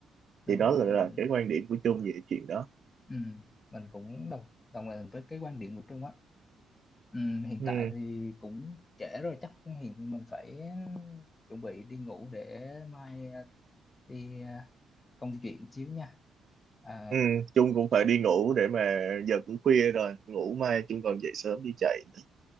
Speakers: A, on the left; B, on the right.
A: đúng
B: Thì đó là, là
A: mình
B: cái quan điểm của Chung về chuyện đó.
A: ừ, mình cũng đồng đồng tình với cái quan điểm của Trung á. Ừ, hiện
B: Ừ.
A: tại thì cũng trễ rồi chắc hiện mình phải chuẩn bị đi ngủ để mai à, đi à, công chuyện xíu nha Ờ,
B: Ừ, Trung cũng phải đi ngủ để mà giờ cũng khuya rồi ngủ mai chung còn dậy sớm đi chạy nữa.